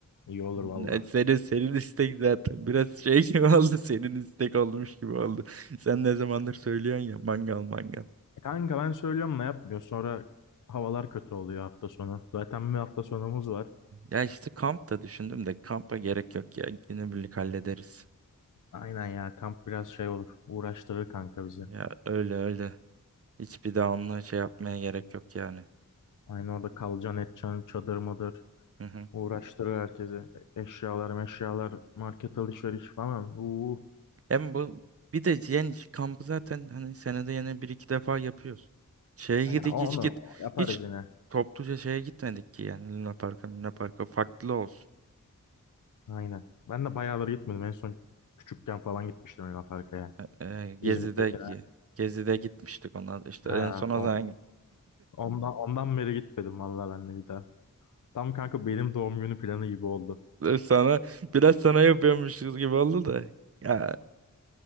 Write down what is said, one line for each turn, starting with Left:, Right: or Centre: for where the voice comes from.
Left: iyi olur valla.
Right: Ne- Senin, senin istek zaten biraz şey gibi <laughs> oldu senin istek olmuş gibi oldu. Sen ne zamandır söylüyorsun ya mangal mangal.
Left: Kanka ben söylüyorum ne yapmıyor. Sonra havalar kötü oluyor hafta sonu. Zaten bir hafta sonumuz var.
Right: Ya işte kamp da düşündüm de kampa gerek yok ya günübirlik hallederiz.
Left: Aynen ya kamp biraz şey olur. Uğraştırır kanka bizi.
Right: Ya öyle öyle hiçbir daha onunla şey yapmaya gerek yok yani.
Left: Aynı orada kalacaksın edeceksin çadır mıdır.
Right: Hı hı.
Left: Uğraştırır herkesi. E- Eşyalar meşyalar market alışveriş falan. Uuu.
Right: Hem bu bir de yani şu kampı zaten hani senede yine bir iki defa yapıyoruz. Şeye gidi
Left: Ya onu
Right: hiç git
Left: yaparız
Right: hiç
Left: yine.
Right: topluca şeye gitmedik ki yani Luna Park'a Luna Park'a farklı olsun.
Left: Aynen. Ben de bayağıları gitmedim. En son küçükken falan gitmiştim Luna Park'a.
Right: E, e, Gezi'de
Left: İzmit'tekine.
Right: gi- Gezi'de gitmiştik ona. İşte
Left: Ha,
Right: en son o
Left: o,
Right: zaman gittik.
Left: ondan, ondan beri gitmedim valla ben de bir daha. Tam kanka benim doğum günü planı gibi oldu.
Right: Sana <laughs> biraz sana yapıyormuşuz gibi oldu da. Ya